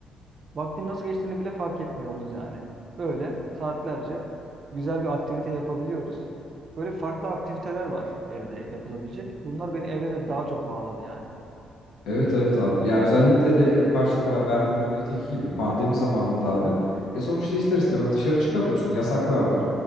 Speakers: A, on the right; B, on the left.
A: Vaktin nasıl geçtiğini bile fark etmiyoruz yani. Böyle saatlerce güzel bir aktivite yapabiliyoruz. Böyle farklı aktiviteler var evde yapılabilecek. Bunlar beni eve de daha çok bağladı yani.
B: Evet evet abi. Ya özellikle de ilk başta ba- verdiğim örnekteki gibi pandemi zamanında abi. E sonuçta ister istemez dışarı çıkamıyorsun. Yasaklar var.